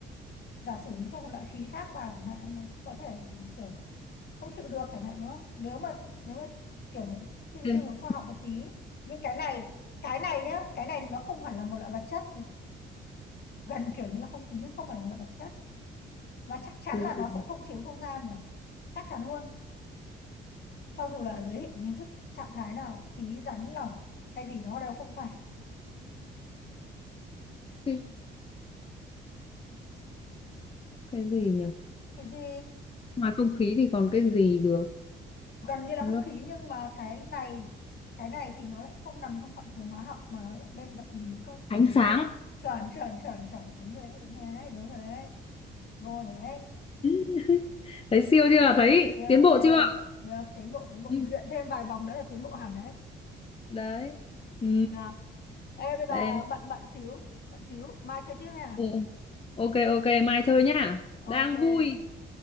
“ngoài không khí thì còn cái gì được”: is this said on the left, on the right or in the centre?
Left